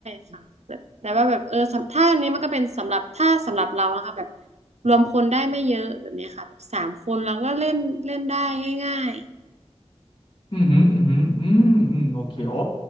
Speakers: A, on the right (about 80°); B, on the left (about 45°).
A: ค่ะแต่แต่ว่าแบบเออสำถ้าอันนี้มันก็เป็นสำหรับถ้าสำหรับเรานะคะแบบรวมคนได้ไม่เยอะแบบนี้ค่ะแบบสามคนเราก็เล่นเล่นได้ง่าย
B: อืมอหืมออืมอหืมออืมอืมโอเคโอ้